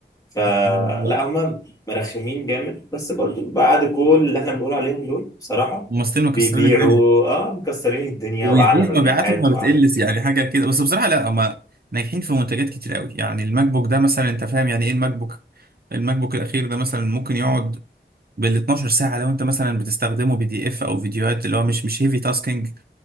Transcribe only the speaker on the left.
فلا
هم مرخمين جامد بس برضو بعد كل اللي احنا بنقول عليهم دول بصراحة
بيبيعوا
اه مكسرين الدنيا
واعلى مبيعات
واعلى